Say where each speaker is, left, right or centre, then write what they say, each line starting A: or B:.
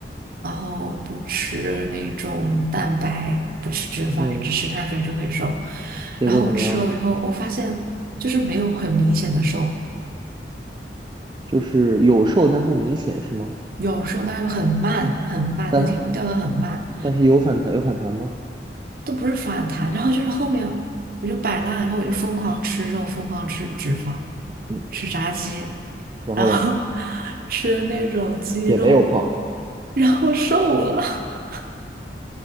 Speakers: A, on the right (about 55°); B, on the right (about 25°).
A: 然后不吃那种蛋白，不吃脂肪，
B: 嗯，
A: 就只吃碳水就会瘦。
B: 结果怎么样呢？
A: 然后我吃了以后，我发现就是没有很明显的瘦，
B: 就是有瘦但不明显是吗？
A: 有时候是是很慢很慢，
B: 但它
A: 那个体重掉的很慢。
B: 但是有反弹有反弹吗？
A: 都不是反弹，然后就是后面我就摆烂了，然后我就疯狂吃肉，疯狂吃脂肪，
B: 嗯，
A: 吃炸鸡，
B: 然后嘞，
A: 然后 <laughs> 吃那种鸡肉，
B: 也没有胖，
A: 然后瘦了。<laughs>